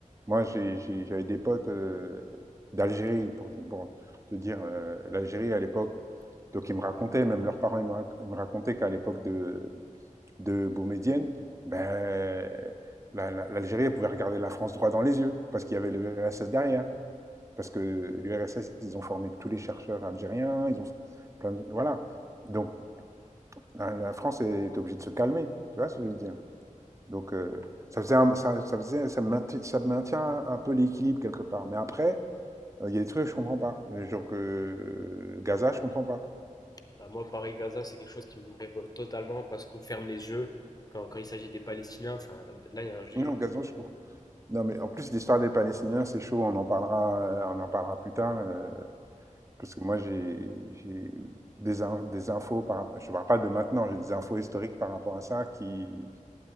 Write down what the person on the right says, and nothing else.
Moi, j'ai- j'ai- j'avais des potes euh, d'Algérie, pour te, pour te dire, euh, l'Algérie à l'époque, donc ils me racontaient, même leurs parents, ils me, rac- ils me racontaient qu'à l'époque de, de Boumedienne, ben, la- la- l'Algérie pouvait regarder la France droit dans les yeux, parce qu'il y avait l'URSS derrière. Parce que l'URSS, ils ont formé tous les chercheurs algériens, ils ont plein de- Voilà. Donc, la, France est obligée de se calmer, tu vois ce que je veux dire. Donc, euh, ça, faisait un- ça, ça faisait, ça, maintient, ça maintient un peu l'équilibre quelque part. Mais après, euh, il euh, y a des trucs que je ne comprends pas. Genre que euh, Gaza, je ne comprends pas.
Non, Gaza, je comprends. Non, mais en plus, l'histoire des Palestiniens, c'est chaud, on en parlera, euh, on en parlera plus tard. euh, Parce que moi, j'ai j'ai des, in- des infos par rapport. Je ne parle pas de maintenant, j'ai des infos historiques par rapport à ça qui.